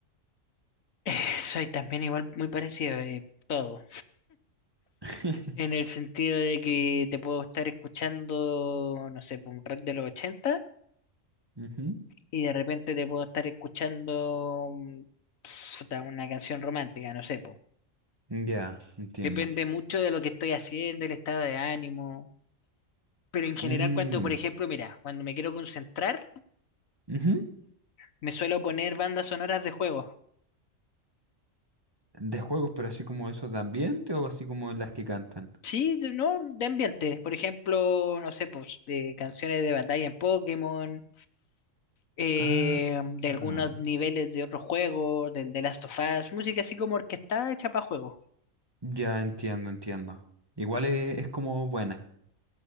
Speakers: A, on the left; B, on the right.
A: <laughs> <sighs> Soy también igual muy parecido, eh, todo.
B: <laughs>
A: En el sentido de que te puedo estar escuchando, no sé, po, un rock de los 80
B: Ujú.
A: y de repente te puedo estar escuchando mm, puta, una canción romántica, no sé, po.
B: Ya, entiendo.
A: Depende mucho de lo que estoy haciendo, el estado de ánimo. Pero en general,
B: Mm,
A: cuando, por ejemplo, mira, cuando me quiero concentrar,
B: ujú.
A: me suelo poner bandas sonoras de juegos.
B: De juegos, pero así como eso de ambiente o así como las que cantan.
A: Sí, de- no, de ambiente. Por ejemplo, no sé, pues de canciones de batalla en Pokémon, eh,
B: Ah,
A: de
B: ah.
A: algunos niveles de otros juegos, del The Last of Us, música así como orquestada hecha para juegos
B: Ya entiendo, entiendo. Igual es, es como buena,